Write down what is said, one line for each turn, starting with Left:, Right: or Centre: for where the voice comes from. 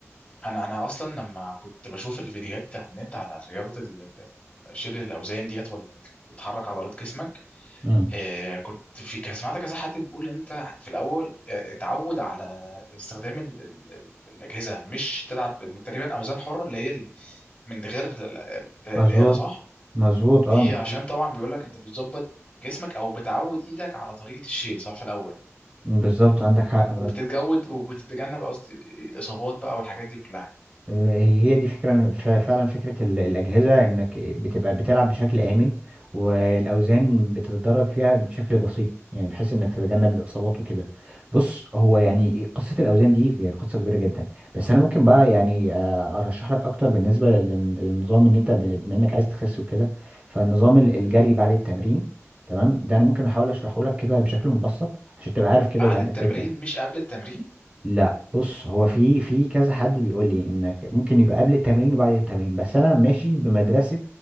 Left: انا انا اصلا لما كنت بشوف الفيديوهات بتاعت النت على رياضه ال- ال- ال- شيل الاوزان ديت ولا بتحرك عضلات جسمك
Right: امم
Left: آه، كنت في كان سمعت كذا حد بيقول ان انت في الاول آه، اتعود على استخدام ال ال ال الاجهزه مش تلعب بال- تقريبا اوزان حره اللي هي ال- من غير ال- ال- الاله
Right: مظبوط
Left: صح
Right: مظبوط
Left: دي
Right: اه مظبوط
Left: عشان طبعا بيقول لك انت بتظبط جسمك او بتعود ايدك على طريقه الشيل صح في الاول
Right: بالظبط عندك حق
Left: وبتتجود وبتتجنب قصدي الاصابات بقى والحاجات دي كلها
Right: هي هي دي فكرة ف- فعلا فكرة ال- الأجهزة إنك بتبقى بتلعب بشكل آمن والأوزان بتتدرج فيها بشكل بسيط يعني بحيث إنك تتجنب الإصابات وكده بص هو يعني قصة الأوزان دي هي قصة كبيرة جدا بس أنا ممكن بقى يعني آه، أرشح لك أكتر بالنسبة للن- للنظام إن أنت ب- بما إنك عايز تخس وكده فالنظام ال- الجري بعد التمرين تمام ده أنا ممكن أحاول أشرحه لك كده بشكل مبسط عشان تبقى عارف كده
Left: بعد
Right: يبقى عندك
Left: التمرين
Right: فكرة
Left: مش قبل التمرين
Right: لا بص هو في في كذا حد بيقول لي انك ممكن يبقى قبل التمرين وبعد التمرين بس انا ماشي بمدرسة